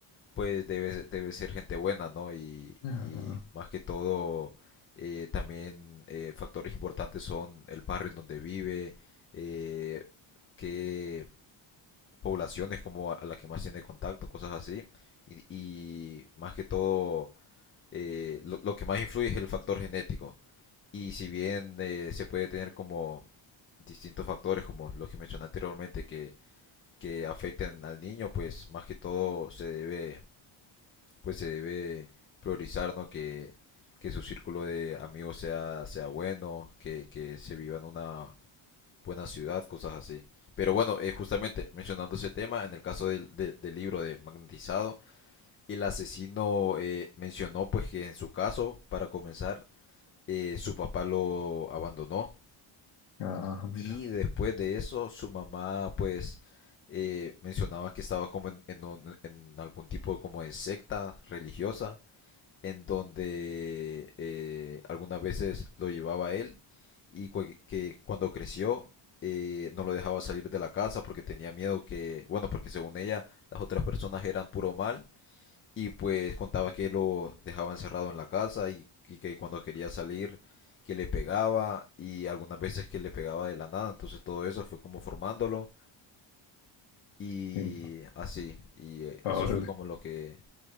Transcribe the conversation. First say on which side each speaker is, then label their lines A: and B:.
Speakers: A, on the left (about 25°); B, on the left (about 80°).
A: pues debe, debe ser gente buena, ¿no? Y,
B: Ah,
A: y más que todo, eh, también eh, factores importantes son el barrio en donde vive, eh, qué, poblaciones como a la que más tiene contacto, cosas así. Y, y más que todo, eh, lo, lo que más influye es el factor genético. Y si bien eh, se puede tener como distintos factores, como los que mencioné anteriormente, que, que afecten al niño, pues más que todo se debe, pues se debe priorizar, ¿no? Que, que su círculo de amigos sea, sea bueno, que, que se viva en una buena ciudad, cosas así. Pero bueno, eh, justamente mencionando ese tema, en el caso del, de- del libro de Magnetizado, el asesino eh, mencionó pues que en su caso, para comenzar, eh, su papá lo abandonó
B: ah, mira.
A: y después de eso su mamá pues eh, mencionaba que estaba como en, en un- en algún tipo como de secta religiosa en donde eh, algunas veces lo llevaba él y cu- que cuando creció eh, no lo dejaba salir de la casa porque tenía miedo que, bueno, porque según ella las otras personas eran puro mal y pues contaba que lo dejaba encerrado en la casa y, y que cuando quería salir que le pegaba y algunas veces que le pegaba de la nada, entonces todo eso fue como formándolo y
B: Sí,
A: así, y eh,
B: Ah,
A: eso
B: órale.
A: fue como lo que